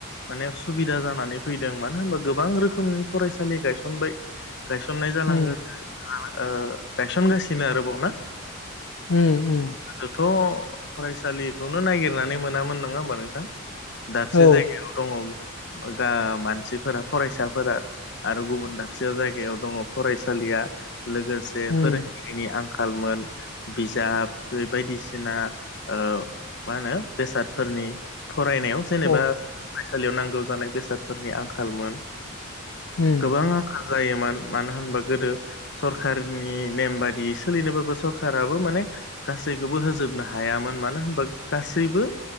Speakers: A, on the left; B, on the left.
A: माने सुबिदा जानानै फैदों। मानो होनबा गोबां रोखोमनि फरायसालि गायसनबाय गायसननाय जालांगा
B: उम
A: ओ-गायसन गासिनो आरो बावना?
B: उम उम
A: गोदोथ' फरायसालिखौनो नायगिरनानै मोनामोन नङा होमबा नोंथां? दाबसे
B: औ
A: जायगायाव दङ गा- मानसिफोरा फरायसाफोरा। आरो गुबुन दाबसेयाव जायगायाव दङ फरायसालिया लोगोसे
B: उम
A: फोरोंगिरि नि आंखालमोन। बिजाब बे बायदिसिना ओ- मा होनो बेसादफोरनि फरायनायाव जेनेबा
B: औ
A: फरायसालियाव नांगौ जानाय बेसादफोरनि आंखालमोन
B: उम
A: गोबां। गोजान जायोमोन मानो होनबा गोदो सरखारनि नेम बादिय सोलिनोबो सरखाराबो माने गासैखौबो होजोबनो हायामोन मानो होनबा गासैबो